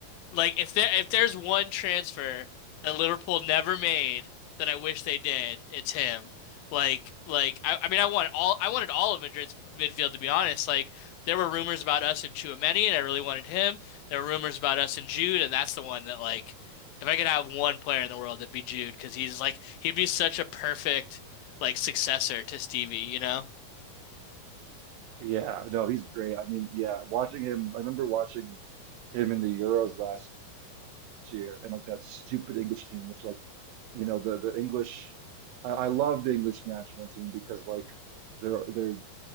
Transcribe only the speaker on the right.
Yeah, no, he's great. I mean, yeah, watching him, I remember watching him in the Euros last year and like that stupid English team, which like, you know, the the English I, I love the English national team because like they're they're